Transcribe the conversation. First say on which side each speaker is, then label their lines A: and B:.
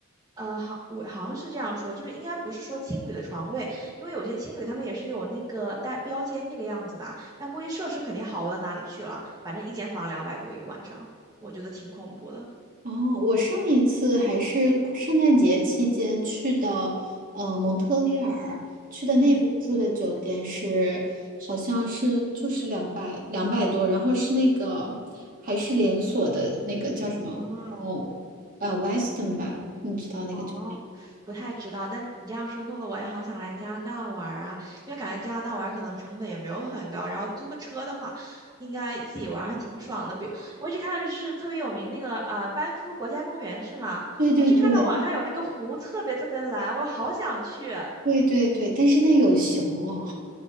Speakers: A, on the right; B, on the right.
A: 呃，好，我好像是这样说，就是应该不是说青旅的床位，因为有些青旅他们也是有那个带标间这个样子吧，但估计设施肯定好不到哪里去了，反正一间房两百多一个晚上，我觉得挺恐怖的。
B: 哦，我上一次还是圣诞节期间去的，呃，蒙特利尔去的那边住的酒店是，
A: 嗯，
B: 好像是就是两百两百多，然后是那个还是连锁的那个叫什么？
A: 啊。
B: 哦，呃，Weston 吧，你知道那个酒店。
A: 哦，不太知道，但你这样说，弄得我也好想来加拿大玩儿啊，因为感觉加拿大玩儿可能成本也没有很高，然后租个车的话，应该自己玩儿还挺爽的。比如我一直看到是特别有名那个呃班夫国家公园是吗？
B: 对对对
A: 我只看到网上有那个湖特别特别蓝，我好想去。
B: 对对对，但是那有熊哦。